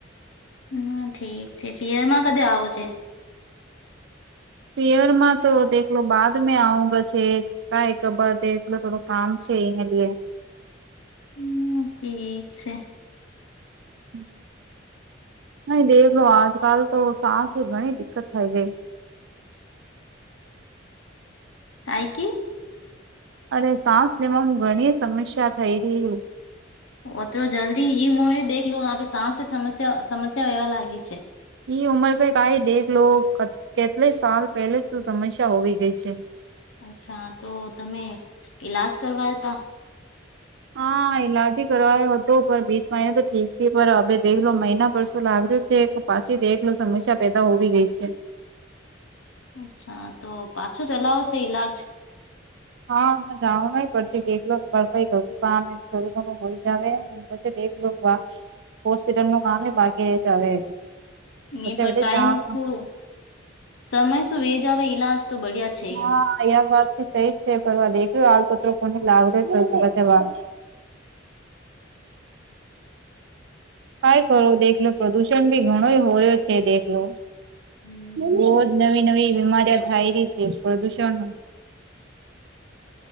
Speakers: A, on the left (about 80°); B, on the right (about 65°).
A: હમ્મ ઠીક છે પીયર માં કદીે આવોજે
B: પીયરમાં તો દેખલો બાદ મે આઉંગા છેક કઈ કબર દલો થોડું કામ છે એને લઈએ
A: હમ્મ ઠીક છે
B: હમ્મ થઈ દેખલો આજકાલ તો સાસ ઘણી દિકકત થઈ ગઈ
A: કાંઈ કે
B: અરે સાસ લેવાનું ઘણી સમસ્યા થઈ ર
A: ઓ તો જલ્દી ઈ મો દેખ લ આપે સાસ સમ્યા સમસ્યા એવા લાગી છે
B: ઈ ઉંમર પે કઈ દેખ લો કેટલી સાલ પહેલે શું સમસ્યા હોવી ગઈ છે
A: અચ્છા તો તમે ઈલાજ કરવા ત
B: હા ઈલાજ કરવાયો હતોું પણ બીચમાં એ તો ઠીક હવે દેખલો મહિના પર શું લાગ્યો છે પાછી દેખલો સમસ્યા પેદા હોવી ગઈ છે
A: અચ્છા તો પાછો ચલાવો છે ઈલાજ
B: હાને જાણવું ન પડશે બેક બરફઈ ગયો થોડું ઘણું હોય જાવ પછી દેખ હોસ્પિટલ ન કામ બાકી રહી જાવે
A: ની
B: પછી
A: પર
B: બેટે
A: ટાઈમ
B: જાણ
A: શું સમય શું વેજ આવે ઈલાજ તો બઢિયા છે
B: હા
A: યું.
B: એ વાતી સહી જ છે પર દેખ્યું આવ તો કોની લાગ રહ્યો છે વા કઈ કરો દેખલો પ્રદુષણ ભી ઘણો હોર્યો છે દેખલો
A: હમ્મ.
B: રોજ નવી નવી બીમારી થાય રહી છે પ્રદુષણ